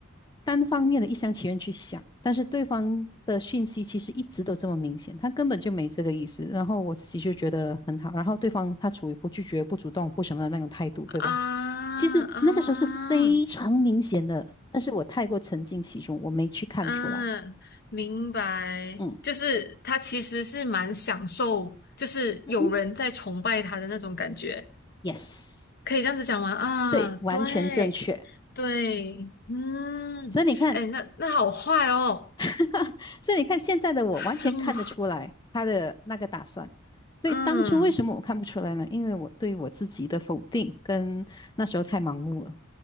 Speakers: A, on the left; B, on the left.
A: 单方面的一厢情愿去想，但是对方的讯息其实一直都这么明显，他根本就没这个意思。然后我自己就觉得很好，然后对方他处于不拒绝、不主动、不什么的那种态度，对吧？
B: 啊
A: 其实那个时候是非常明显的，
B: 啊。
A: 但是我太过沉浸其中，我没去看出来。
B: 嗯，明白，
A: 嗯
B: 就是他其实是蛮享受，就是有人在崇拜他的那种感觉，
A: 嗯哼，yes，
B: 可以这样子讲吗？啊，
A: 对，完全正确。
B: 对，对，嗯，
A: 所以你看。
B: 哎，那那好坏哦，
A: <laughs> 所以你看现在的我完全看得出来他的那个打算。
B: <laughs> 什么？
A: 所以当初为什么我看不出来呢？
B: 嗯，
A: 因为我对我自己的否定跟那时候太盲目了。